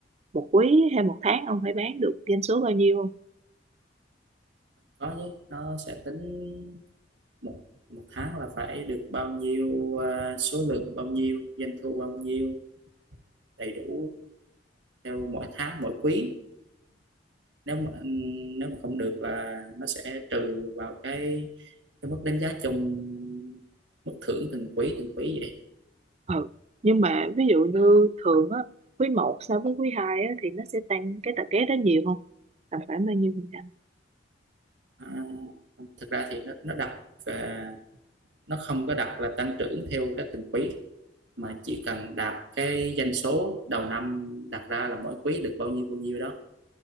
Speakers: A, on the right (about 35°); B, on the right (about 80°).
A: một quý hay một tháng ông phải bán được doanh số bao nhiêu không
B: có chứ nó sẽ tính một một tháng là phải được bao nhiêu à, số lượng bao nhiêu doanh thu bao nhiêu đầy đủ theo mỗi tháng mỗi quý nếu mà nếu mà không được là nó sẽ trừ vào cái cái mức đánh giá chung mức thưởng từng quý từng quý vậy
A: ừ. nhưng mà ví dụ như thường á quý một so với quý 2 á thì nó sẽ tăng cái tập vé đó nhiều không tầm khoảng bao nhiêu phần trăm
B: à, thực ra thì nó nó đặt à, nó không có đặt là tăng trưởng theo cái từng quý mà chỉ cần đạt cái doanh số đầu năm đặt ra là mỗi quý được bao nhiêu bao nhiêu đó